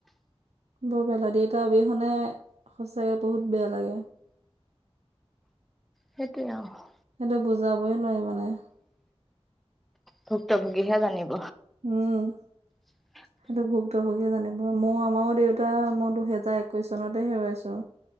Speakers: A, on the right; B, in the centre.
A: বৰ বেলা দেউতাৰ অবিহনে সঁচাকে বহুত বেয়া লাগে।
B: সেইটোৱে আ অ অ।
A: সেইটো বুজাবই নোৱাৰি মানে
B: ভুক্তভোগীহে জানিব।
A: উম উ।
B: চেহা।
A: সেইটো ভুক্তভোগীয়ে জানিব মোৰ আমাৰও দেউতা মই দুহেজাৰ একৈশ চনতে হেৰুৱাইছো।